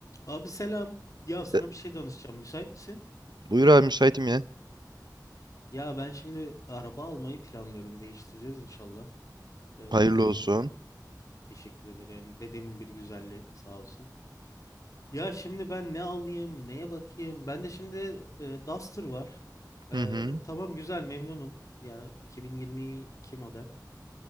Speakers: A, on the left; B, on the right.
A: Abi selam. Ya sana
B: E,
A: bir şey danışacağım. Müsait misin?
B: Buyur abi müsaitim ya.
A: Ya ben şimdi araba almayı planlıyorum. Değiştireceğiz inşallah. Ee,
B: Hayırlı
A: bize
B: olsun.
A: teşekkür ederim. Dedemin bir güzelliği sağ olsun. Ya şimdi ben ne alayım? Neye bakayım? Ben de şimdi e, Duster var.
B: Hı
A: Ee,
B: hı.
A: tamam güzel memnunum. Yani 2022 model.